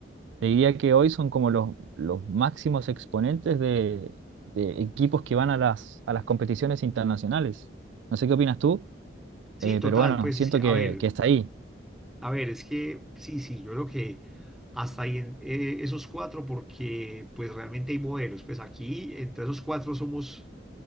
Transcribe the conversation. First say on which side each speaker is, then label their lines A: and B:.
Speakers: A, on the right; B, in the centre.
A: te diría que hoy son como los, los máximos exponentes de, de equipos que van a las, a las competiciones internacionales. No sé qué opinas tú,
B: Sí,
A: eh,
B: total,
A: pero bueno,
B: pues
A: siento
B: es que, a
A: que,
B: ver,
A: que está ahí,
B: A ver, es que sí, sí, yo creo que hasta ahí en, eh, esos cuatro, porque pues realmente hay modelos. Pues aquí, entre esos cuatro, somos,